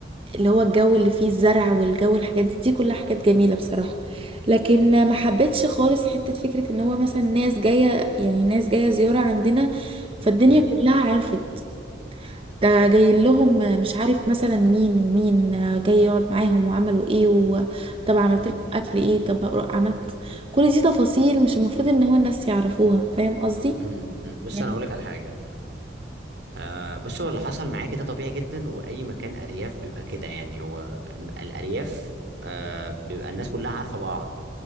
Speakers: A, on the right; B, on the right.
A: اللي هو الجو اللي فيه الزرع والجو الحاجات دي دي كلها حاجات جميلة بصراحة لكن ما حبيتش خالص حتة فكرة ان هو مثلا ناس جاية يعني ناس جاية زيارة عندنا فالدنيا
B: امم
A: كلها عرفت ده جاي لهم مش عارف مثلا مين ومين جاي يقعد معاهم وعملوا ايه وطب عملت
B: امم
A: لك اكل ايه طب عملت كل دي تفاصيل مش المفروض ان هو الناس يعرفوها فاهم قصدي
B: امم أمم. بص
A: يعني
B: انا اقول لك على حاجه آه بص هو اللي حصل معاك ده طبيعي جدا واي مكان ارياف بيبقى كده يعني هو الارياف آه بيبقى الناس كلها عارفه بعض